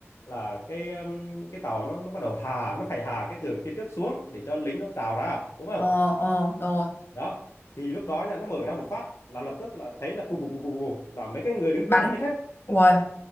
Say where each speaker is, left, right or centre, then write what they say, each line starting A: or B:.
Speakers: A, on the left (about 70°); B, on the left (about 50°).
A: là cái um, cái tàu nó nó bắt đầu hà nó phải hà cái tường phía trước xuống để cho lính nó trào ra đúng không
B: ờ ờ rồi
A: đó thì lúc đó nha nó mở ra một phát là lập tức là thấy là bù bù bù bù bù là mấy cái người đứng
B: bắn
A: trước là chết hết
B: Uầy,